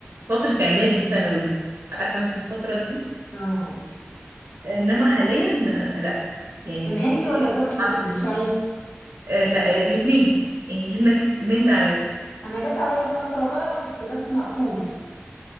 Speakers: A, on the right; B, on the left.
A: فتره اعدادي وثانوي عارفه انتي الفتره دي
B: اه
A: انما حاليا آه، لا يعني
B: يعني هندي ولا تركي اللي
A: آه، عربي.
B: كنت بتسمعيه
A: آه، لا آه، الاثنين يعني في ميكس من ده على ده
B: انا جت عليا في فترة بقى كنت بسمع كوري